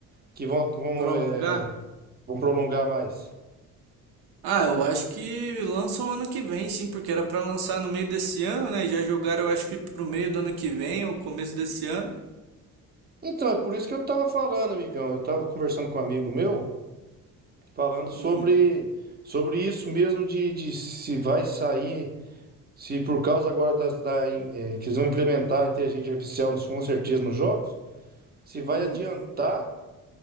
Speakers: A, on the right (about 25°); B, on the right (about 80°).
A: que vão, vão,
B: Prolongar?
A: é, vão prolongar mais?
B: Ah, eu acho que lançam ano que vem, sim, porque era pra lançar no meio desse ano, né? E já jogaram, eu acho que pro meio do ano que vem ou começo desse ano.
A: Então, é por isso que eu tava falando, amigão. Eu tava conversando com um amigo meu, falando sobre,
B: Hum,
A: sobre isso mesmo de, de se vai sair, se por causa agora das, da, in- eh, que eles vão implementar a inteligência artificial, com certeza, nos jogos. se vai
B: hum,
A: adiantar